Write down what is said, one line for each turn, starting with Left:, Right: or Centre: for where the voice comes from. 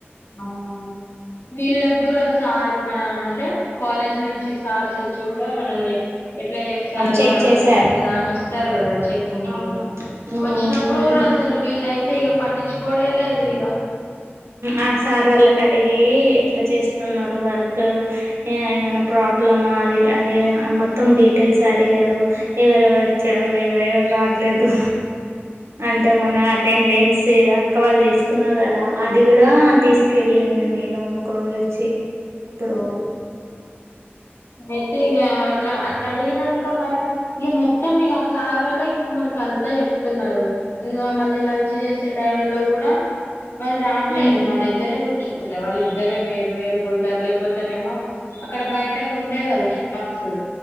Left: అవునవును వీళ్ళకి కూడా సార్ మన అంటే కాలేజ్ నుంచి సార్స్ వచ్చి కూడా మనల్ని ఎట్లా చేస్తారు
Right: చెక్
Left: అర్థం
Right: చేశారు
Left: అవుతుందా అని వస్తారు కదా చెకింగ్ కీ
Right: అవును అవును
Left: వచ్చినప్పుడు కూడా అసలు వీళ్ళయితే ఇక పట్టించుకోడే లేదు ఇక
Right: ఆ సార్ వాళ్ళ కడిగి ఎట్లా చేస్తున్నారు వార్ క్ ఏమైనా ప్రాబ్లమ్ అది అది మొత్తం డీటెయిల్స్ అడిగారు ఎవరెవరు వచ్చారు ఎవ రావట్లేదు అంటే మన అటెండెన్స్ అక్క వాళ్ళు తీసుకున్నారు కదా అది కూడా తీసుకెళ్ళింది మేడం ఒక రోజు వచ్చి అప్పుడు
Left: అవును అయితే ఇక అట్లా అట్లా అడిగినంక మరి ఇక మొత్తం ఇక సార్ వల్లె మూల అంతే చెప్తున్నారు ఇంకా మళ్ళీ
Right: ఉమ్
Left: లంచ్ చేసే టైంలో కూడా మళ్ళీ రావట్లేదు
Right: ఉమ్,
Left: మా దగ్గరే కూర్చ వాళ్ళ ఇద్దరే వేరు వేరు పోతారు లేకపోతేనేమో అక్కడ బయట కొంటావ్ స్నాక్సు